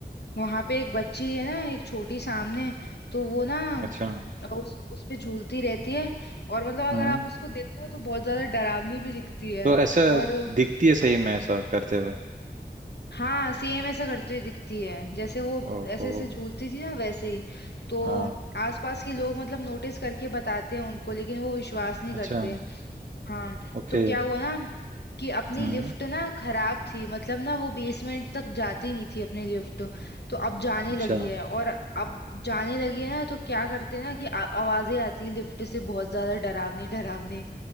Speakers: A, on the left; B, on the right.
A: वहां पे एक बच्ची है ना एक छोटी सामने तो वो ना
B: अच्छा
A: उस उस पे झूलती रहती है और मतलब अगर
B: हम्म
A: आप उसको देखो ना तो बहुत ज्यादा डरावनी भी दिखती है
B: तो ऐसा
A: और
B: दिखती है सही में ऐसा करते हुए
A: हाँ सेम ऐसा करती हुई दिखती है जैसे वो
B: ओहो
A: ऐसे ऐसे झूलती थी ना वैसे ही तो
B: हाँ
A: आसपास के लोग मतलब नोटिस करके बताते हैं उनको लेकिन वो विश्वास नहीं करते
B: अच्छा
A: हाँ
B: ओके
A: तो क्या हुआ ना कि अपनी
B: हम्म
A: लिफ्ट ना खराब थी मतलब ना वो बेसमेंट तक जाती नहीं थी अपनी लिफ्ट तो अब जाने
B: अच्छा
A: लगी है और अब जाने लगी है ना तो क्या करते हैं ना कि आ- आवाजें आती है लिफ्ट से बहुत ज्यादा डरावनी डरावनी